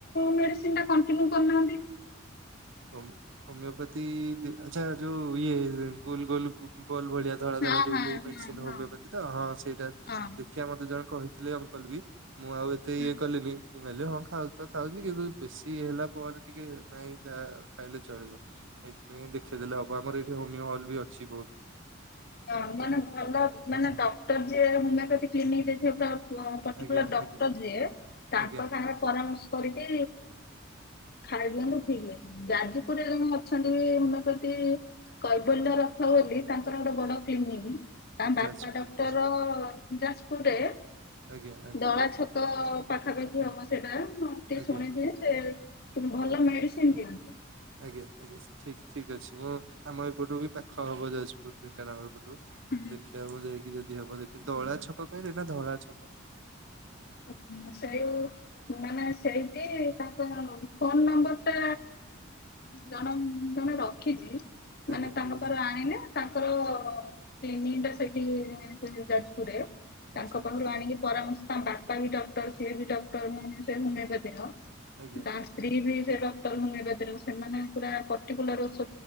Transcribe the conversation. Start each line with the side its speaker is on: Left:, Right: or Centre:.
Left: ମେଡ଼ିସିନ୍ ଟା କଣ୍ଟିନ୍ୟୁ କରୁନାହାନ୍ତି। <unintelligible>
Right: ହୋମ୍ ହମିଓପାତି ଦେ ଆଚ୍ଛା ଯୋଉ ଇଏ ଗୋଲ୍ ଗୋଲ୍ ଗୋ ଉଁ ଗୋଲ ଭଳିଆ ଧଳା
Left: ହଁ
Right: ଧଳା ଯୋଉ
Left: ହଁ
Right: ହେଇ ମେଡ଼ିସିନ୍
Left: ହଁ ହଁ
Right: ହୋମିଓପାତି ତ ହଁ ସେଇଟା
Left: ହଁ
Right: ଦେଖିଆ ମତେ ଜଣେ କହିଥିଲେ କଲ୍ ବି ମୁଁ ଆଉ ଏତେ
Left: ହୁଁ।
Right: ଇଏ କଲିନି। ମୁଁ ଏଲି ହଁ ଖାଉଚି ତ ଖାଉଚି କିନ୍ତୁ ବେଶୀ ହେଲା ପରେ ଟିକେ ନାଇଁ ଯାହା ଖାଇଲେ ଚଳିବ ଏଇଥିପାଇଁ ଦେଖେଇଦେଲେ ହବ ଆମର ଏଇଠି ହୋମିଓ ହଲ୍ ବି ଅଛି ବୋହୁତ୍।
Left: ଲ ମାନେ ଭଲ ମାନେ ଡକ୍ଟର୍ ଯିଏ ହୋମେପାତି କ୍ଲିନିକ୍ ଦେଇଥିବା ଡ ଟୁଅଁ ପର୍ଟିକୁଲାର୍
Right: ଆଜ୍ଞା
Left: ଡକ୍ଟର୍
Right: ଆଜ୍ଞା
Left: ଯିଏ ତାଙ୍କ
Right: ଆଜ୍ଞା
Left: ସାଙ୍ଗରେ ପରାମର୍ଶ କରିକି ଖାଇ ଦିଅନ୍ତୁ ଠିକ୍ ହେଇ ଯାଜପୁରରେ ଜଣେ ଅଛନ୍ତି ବି ହୋମେପାତି କୈବଲ୍ୟ ରଥ ବୋଲି ତାଙ୍କର ଗୋଟେ ବଡ଼ କ୍ଲିନିକି ତାଁ ବାପା
Right: ଯାଜପୁର
Left: ଡକ୍ଟର୍ ଯାଜପୁରରେ।
Right: ଆଜ୍ଞା ଆଜ୍ଞା
Left: ଦଳା ଛକ ପାଖାପାଖି ହବ ସେଟା। ମ ଟିଏ
Right: ଆଜ୍ଞା
Left: ଶୁଣିଥିଲି ସେ ଭଲ ମେଡ଼ିସିନ୍ ଦିଅ
Right: ଆଜ୍ଞା ଆଜ୍ଞା ଠିକ୍ ଠିକ୍ ଅଛି ମୁଁ ଆମ ଏପଟୁ ବି ପାଖ ହବ ଯାଜପୁର ଢେଙ୍କାନାଳ ପଟୁ
Left: ହୁଁ
Right: ଦେଖିଆକୁ ଯାଇକି ଯଦି ହବ ଦେ ଏ ଦଳା ଛକ କହିବେ ନାଁ ଧଳା ଛକ?
Left: ଅ ମୁଁ ସେଇ ମାନେ ସେଇଠି ତାଙ୍କ ଫୋନ୍ ନମ୍ବର୍ ଟା ଜଣ ଜଣେ ରଖିଚି
Right: ଆଜ୍ଞା
Left: ମାନେ ତାଙ୍କ
Right: ଆଜ୍ଞା
Left: ପାରୁ ଆଣିନେ ତାଙ୍କର କ୍ଲିନିଂଟା ସେଠି ସେ ଯାଜପୁରରେ ତାଙ୍କ
Right: ଆଚ୍ଛା ଆଚ୍ଛା
Left: ପାଖୁରୁ ଆଣିକି ପରାମର୍ଶ ତାଙ୍କ ବା ପା ବି ଡକ୍ଟର୍ ସିଏ ବି ଡକ୍ଟର୍ ମାନେ ସେ ହୋମେପାତିର
Right: ଆଜ୍ଞା
Left: ତାଁଅ ସ୍ତ୍ରୀ ବି ଭେ ଡକ୍ଟର୍ ହୋମେପାତିର ସେମାନେ ପୁରା ପଟିକୁଲାର୍ ଓ